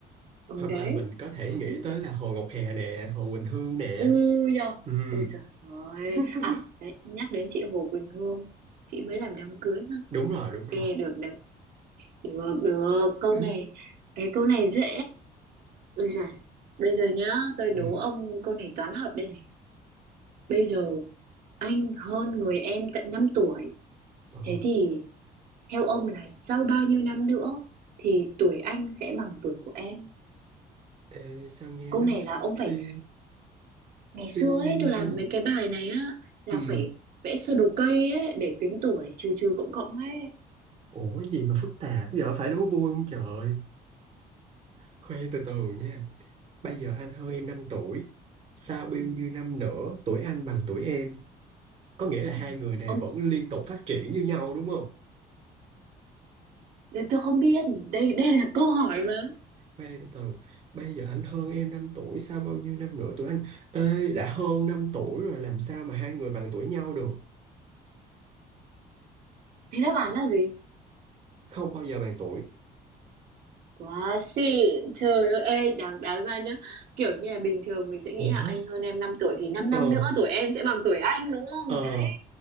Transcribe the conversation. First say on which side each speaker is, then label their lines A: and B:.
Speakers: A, on the right (about 60°); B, on the right (about 35°).
A: ừ
B: hoặc
A: đấy.
B: là mình có thể
A: Đấy.
B: nghĩ tới là Hồ Ngọc Hà nè Hồ Quỳnh Hương nè
A: Ui da.
B: Ừm,
A: Ôi giời ơi.
B: <laughs>
A: À, đấy, nhắc đến chị Hồ Quỳnh Hương. Chị mới làm đám cưới ha.
B: đúng rồi đúng rồi
A: Ghê được đấy. Được, được, câu
B: <laughs>
A: này, cái câu này dễ. Ôi giời, bây giờ nhá, tôi đố
B: Ừm,
A: ông câu này toán học đây này. Bây giờ anh hơn người em tận 5 tuổi,
B: ờ.
A: thế thì theo ông là sau bao nhiêu năm nữa thì tuổi anh sẽ bằng tuổi của em?
B: Ê, sao nghe
A: Câu
B: nó
A: này là ông phải,
B: phi
A: ngày
B: phi
A: xưa ấy tôi làm
B: lý
A: mấy cái bài này á, là
B: Ừm,
A: phải vẽ sơ đồ cây ấy để tính tuổi, trừ trừ cộng cộng ấy.
B: ủa gì mà phức tạp giờ phải đố vui không trời khoan từ từ nha Bây giờ anh hơn em 5 tuổi, sao bao
A: Ừ.
B: nhiêu năm nữa tuổi anh bằng tuổi em? Có nghĩa là hai
A: ừ.
B: người này
A: Ông,
B: vẫn liên tục phát triển như nhau đúng không?
A: tôi không biết, đây đây là câu hỏi mà.
B: Khoan đi, từ từ, bây giờ anh hơn em 5 tuổi, sao bao nhiêu năm nữa tuổi anh? Ê, đã hơn 5 tuổi rồi làm sao mà hai người bằng tuổi nhau được?
A: Thế đáp án là gì?
B: Không bao giờ bằng tuổi.
A: Quá xịn, trời ơi, ê, đáng, đáng ra nhá Kiểu như là bình thường mình sẽ nghĩ
B: Ủa?
A: là anh hơn em 5 tuổi Thì 5 năm
B: Ờ,
A: năm nữa tuổi em sẽ bằng tuổi anh đúng không?
B: ờ,
A: Đấy,